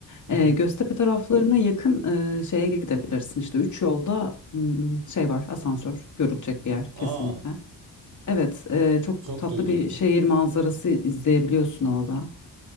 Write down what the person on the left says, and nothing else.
E, Göztepe taraflarına yakın e, şeye gidebilirsin işte üç yolda hmm, şey var asansör görülecek bir yer
kesinlikle. Evet e, çok
tatlı
bir şehir manzarası izleyebiliyorsun orada